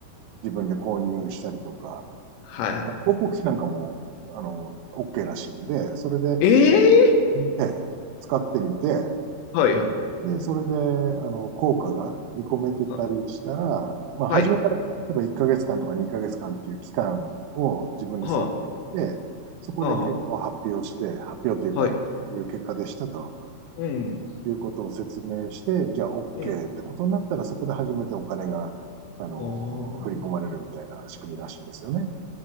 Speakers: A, on the right; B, on the left.
A: 自分で購入したりとか、
B: はいは
A: まあ広告費なんかも、あの、OK らしいんで、それで、
B: い。ええ
A: ね、使ってみて、
B: はいはい。
A: で、それで、あの、効果が見込めてたりしたら、
B: あ、
A: まあ、
B: はい。
A: 初めから、例えば1ヶ月間とか2ヶ月間っていう期間を自分で設定して、
B: は
A: そこで結果を発表して、
B: あ、はあ、は
A: 発表というか、
B: はい。
A: こういう結果でしたと
B: うん、
A: いうことを説明して、じゃあ OK
B: うん。
A: ってことになったら、そこで初めてお金が、あの、
B: ああ、
A: 振り込まれるみたいな仕組みらしいんですよね。だ